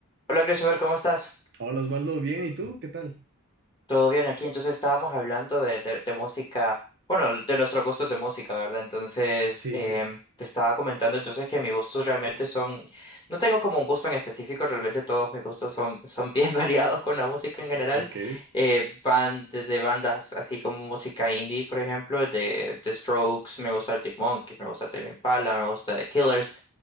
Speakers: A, on the left; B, on the right.
A: Hola Christopher, ¿cómo estás?
B: Hola Osvaldo, bien, ¿y tú? ¿Qué tal?
A: ¿Todo bien aquí? Entonces estábamos hablando de, de- de música, bueno, de nuestros gustos de música, ¿verdad? Entonces
B: Sí,
A: em,
B: sí,
A: te estaba comentando entonces que mis gustos realmente son, no tengo como un gusto en específico, realmente todos mis gustos son, son bien <laughs> variados con la música en general.
B: ok,
A: Eh, van desde bandas así como música indie, por ejemplo, de, de Strokes, me gusta Arctic Monkeys, me gusta Tame Impala, me gusta The Killers